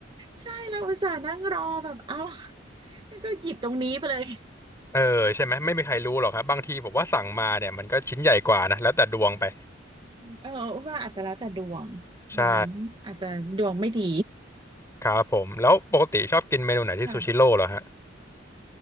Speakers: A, on the right; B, on the left.
A: ใช่เราอุตส่าห์นั่งรอแบบเอ้าแล้วก็หยิบตรงนี้ไปเลย
B: เออใช่ไหมไม่มีใครรู้หรอกครับบางทีผมว่าสั่งมาเนี่ยมันก็ชิ้นใหญ่กว่านะแล้วแต่ดวงไป
A: เออว่าอาจจะแล้วแต่ดวง
B: ใช่
A: วันนั้นอาจจะดวงไม่ดี
B: ครับผมแล้วปกติชอบกินเมนูไหนที่ซูชิโร่เหรอฮะ
A: <laughs> ค่ะ <laughs>